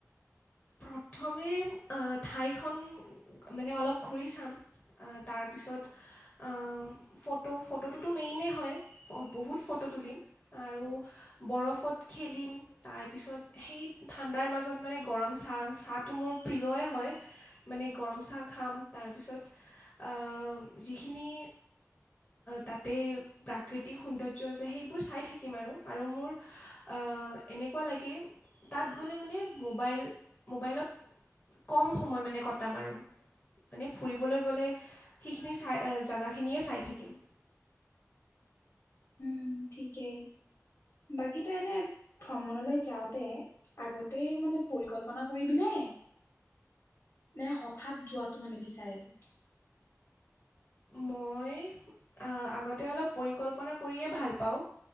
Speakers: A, on the left (about 30°); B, on the left (about 55°).
A: প্ৰথমে আ ঠাই খন মানে অলপ ঘূৰি চাম তাৰপিছত আ ফটো ফটোটোতো মেইনে হয়। বহুত ফটো তুলিম। আৰু বৰফত খেলিম, তাৰপিছত সেই ঠাণ্ডাৰ মাজত মানে গৰম চাহ চাহটো মোৰ প্ৰিয়ই হয়। মানে গৰম চাহ খাম, তাৰপিছত আ যিখিনি তাতে প্ৰাকৃতিক সৌন্দৰ্য আছে, সেইবোৰ চাই থাকিম আৰু। আৰু মোৰ অ এনেকুৱা লাগে, তাত গ'লে মানে মোবাইল মোবাইলত, কম সময় মানে কটাম আৰু। মানে ফুৰিবলৈ গ'লে, সেইখিনি চাই জাগাখিনিয়ে চাই থাকিম।
B: উম ঠিকেই, বাকীতো এনে ভ্ৰমণলৈ যাওঁতে, আগতেই মানে পৰিকল্পনা কৰিবি নে নে হঠাৎ যোৱাটো মানে বিচাৰিবি?
A: মই, আগতে অলপ পৰিকল্পনা কৰিয়েই ভাল পাওঁ